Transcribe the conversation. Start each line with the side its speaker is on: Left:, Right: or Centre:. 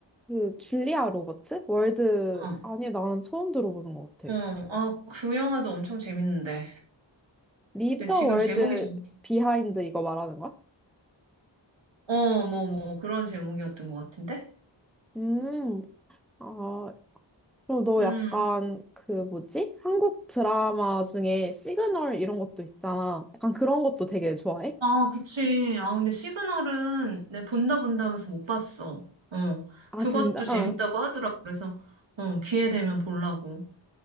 Centre: 그, 줄리아 로버츠? 월드,
Right: 어.
Centre: 아니, 나는 처음 들어보는 것 같아.
Right: 어, 아, 그 영화도 엄청 재밌는데.
Centre: Leave
Right: 근데
Centre: the
Right: 지금
Centre: World
Right: 제목이 정...
Centre: Behind 이거 말하는 거야?
Right: 어, 뭐, 뭐, 그런 제목이었던 것 같은데?
Centre: 음, 아, 그럼 너
Right: 음.
Centre: 약간 그 뭐지? 한국 드라마 중에 시그널 이런 것도 있잖아. 약간 그런 것도 되게 좋아해?
Right: 아, 그치. 아, 근데 시그널은 내 본다 본다 하면서 못 봤어. 어.
Centre: 아,
Right: 그것도
Centre: 진짜?
Right: 재밌다고
Centre: 어.
Right: 하더라고. 그래서, 어, 기회 되면 보려고.